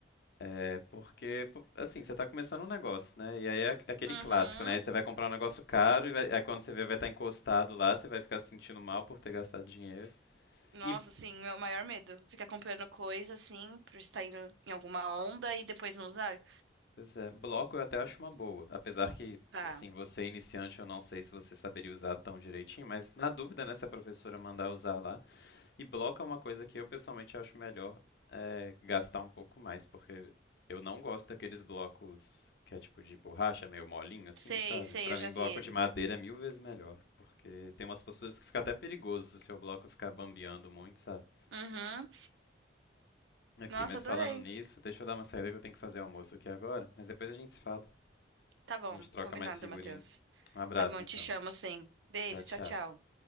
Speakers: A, on the left; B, on the right.
A: É porque, pô, assim, você tá começando um negócio, né? E aí é é aquele
B: Uhum.
A: clássico, né? Aí você vai comprar um negócio caro e vai- aí quando você vê vai estar encostado lá, você vai ficar se sentindo mal por ter gastado dinheiro.
B: Nossa,
A: E,
B: assim, meu maior medo. Ficar comprando coisa, assim, por estar indo em alguma onda e depois não usar.
A: pois é, bloco eu até acho uma boa. Apesar que,
B: Tá.
A: assim, você é iniciante, eu não sei se você saberia usar tão direitinho, mas na dúvida, né? Se a professora mandar usar lá, E bloco é uma coisa que eu pessoalmente acho melhor é, gastar um pouco mais, porque eu não gosto daqueles blocos que é tipo de borracha, meio molinho assim,
B: Sei,
A: sabe?
B: sei,
A: Pra
B: eu
A: mim,
B: já vi
A: bloco
B: eles.
A: de madeira é mil vezes melhor, porque tem umas posturas que fica até perigoso se o seu bloco ficar bambeando muito, sabe?
B: Uhum.
A: Aqui,
B: Nossa,
A: mas
B: adorei.
A: falando nisso, deixa eu dar uma saída que eu tenho que fazer almoço aqui agora, mas depois a gente se fala.
B: Tá bom,
A: A gente troca
B: combinado,
A: mais figurinha.
B: Matheus.
A: Um abraço
B: Tá bom,
A: então.
B: te chamo sim. Beijo,
A: Tchau, tchau.
B: tchau, tchau.